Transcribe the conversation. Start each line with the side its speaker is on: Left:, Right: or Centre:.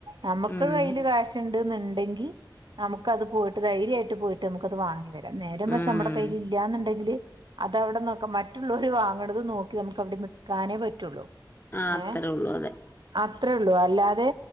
Right: നമ്മുക്ക്
Left: ഉം
Right: കയ്യില് കാശ് ണ്ട്ന്ന്ണ്ടെങ്കി നമുക്കത് പോയിട്ട് ധൈര്യായ്ട്ട് പോയിട്ട് നമുക്കത് വാങ്ങ നേര മറിച്ച്
Left: ഉം
Right: നമ്മടെ കയ്യിലില്ല്യാന്നുണ്ടെങ്കില് അതവിടെ നോക്ക മറ്റുള്ളോര് വാങ്ങണത് നോ നമുക്കവിടെ നിക്കാനേ പറ്റുള്ളൂ
Left: ആ അത്രേ
Right: ഏ
Left: ഉള്ളൂ അതെ
Right: അത്രേള്ളൂ അല്ലാതെ